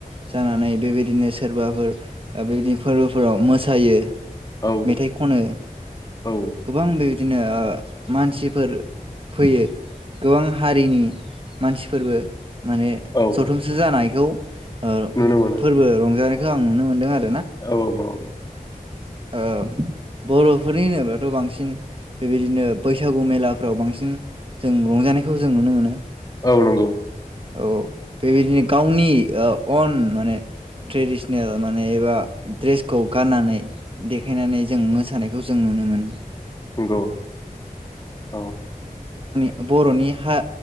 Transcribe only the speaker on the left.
औ
औ
औ
नुनो मोनो
औ औ।
औ नंगौ।
नंगौ औ